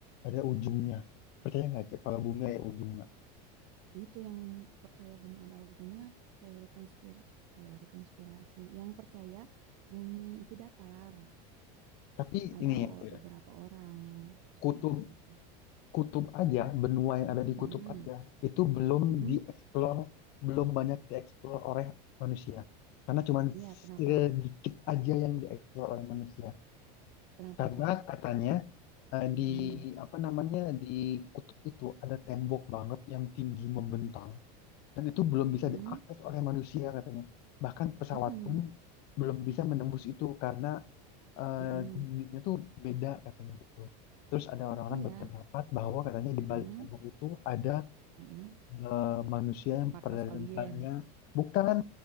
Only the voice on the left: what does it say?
ada ujungnya. Percaya nggak Cak kalau bumi ada ujungnya?
Tapi
ini ya,
Cak,
kutub
kutub aja, benua yang ada di
kutub aja, itu belum
dieksplor, belum banyak dieksplor oleh manusia. Karena cuman
sedikit aja yang dieksplor oleh manusia.
Karena
katanya eh, di
apa namanya di kutub itu ada tembok banget yang tinggi membentang dan itu belum
bisa diakses oleh manusia katanya. Bahkan pesawat
pun belum bisa menembus itu karena eh,
dinginnya tuh beda katanya gitu. Terus ada orang-orang
berpendapat bahwa katanya di
balik tembok itu ada
eh, manusia yang
peradabannya
bukan